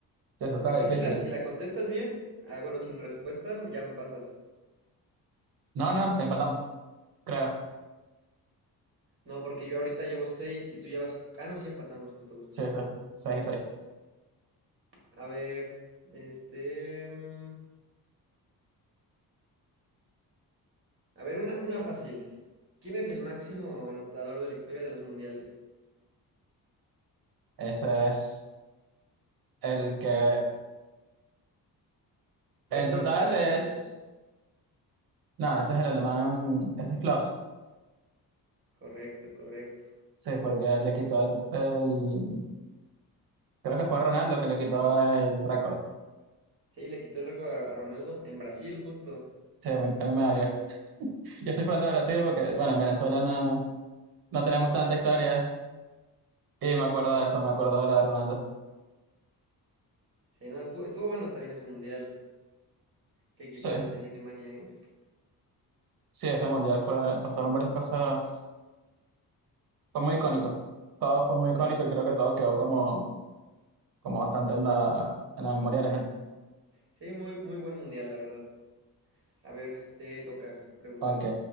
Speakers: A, on the right (about 65°); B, on the right (about 30°).
A: Sí, eso estaba
B: Aquí
A: difícil.
B: si la, si la contestas bien, ah, bueno, sin respuesta, ya me pasas.
A: No, no, empatamos, creo.
B: No, porque yo ahorita llevo seis y tú llevas. Ah, no, sí empatamos, justo, justo.
A: Sí, sí, 6 y 6.
B: A ver, este. mm, A ver, una, una fácil. ¿Quién es el máximo anotador de la historia de los mundiales?
A: Ese es el que
B: Puede
A: en
B: ser
A: total
B: opciones
A: es...
B: si quieres.
A: No, ese es el alemán, ese es Klaus.
B: Correcto, correcto.
A: Sí, porque le quitó el... el- Creo que fue Ronaldo que le quitó el récord.
B: Sí, le quitó el récord a a Ronaldo en Brasil, justo.
A: Sí, a mí, a mí me dolió. Yo soy fan de Brasil porque, bueno, en Venezuela no, no tenemos tanta historia ¿eh? y me acuerdo
B: Sí,
A: de eso, me acuerdo de la de Ronaldo.
B: Sí, no, estuvo, estuvo bueno también ese mundial. Qué equipazo
A: Sí,
B: tenía Alemania, ¿eh?
A: sí, ese mundial fue, pasaron varias cosas, fue muy icónico. Todo fue muy
B: Sí.
A: icónico y creo que todo quedó como, como bastante en la, en la memoria de la gente.
B: Sí, muy, muy buen mundial, la verdad. A ver, te toca preguntar.
A: Ok,